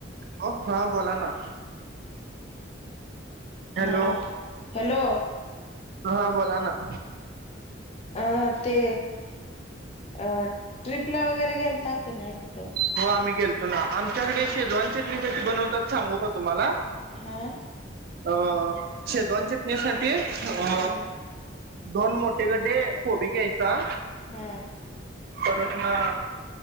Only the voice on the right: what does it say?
हो हा बोला ना हॅलो
हां बोला ना...
हो आम्ही गेलतो ना आमच्याकडे शेजवान चटणी कशी बनवतात सांगू का तुम्हाला?
अ शेजवान चटणीसाठी अ.....
दोन मोठे गड्डे कोबी घ्यायचा.....
परत ना...